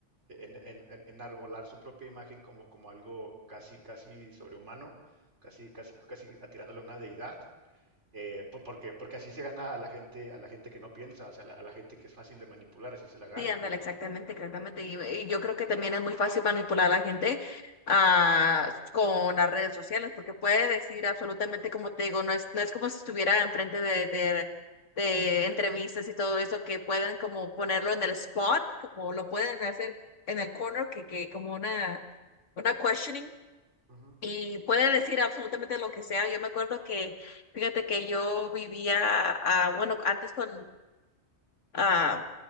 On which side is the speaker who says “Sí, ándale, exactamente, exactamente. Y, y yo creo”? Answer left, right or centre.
Left